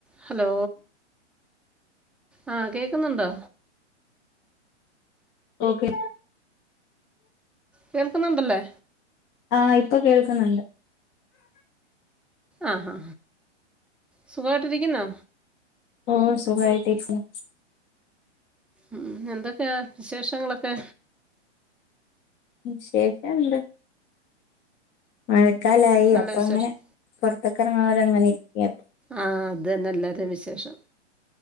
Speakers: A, in the centre; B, on the left.
A: Hello ആഹ് കേക്കുന്നുണ്ടോ?
B: Okay
A: കേൾക്കുന്നുണ്ടല്ലേ?
B: ആഹ് ഇപ്പോ കേൾക്കുന്നുണ്ട്
A: ആ ഹാ ഹാ സുഖവായിട്ടിരിക്കുന്നോ?
B: ഓ സുഖമായിട്ടിരിക്കുന്നു.
A: ഉം എന്തൊക്കെയാ വിശേഷങ്ങളൊക്കെ?
B: വിശേഷംമിണ്ട് മഴക്കാലായി
A: നല്ല
B: അപ്പൊ
A: വിശേഷം
B: അങ്ങനെ പൊറത്ത്ക്ക് എറങ്ങാതെ അങ്ങനെ ഇരിക്കാപ്പൊ
A: ആഹ് അത് തന്നെ എല്ലാരേം വിശേഷം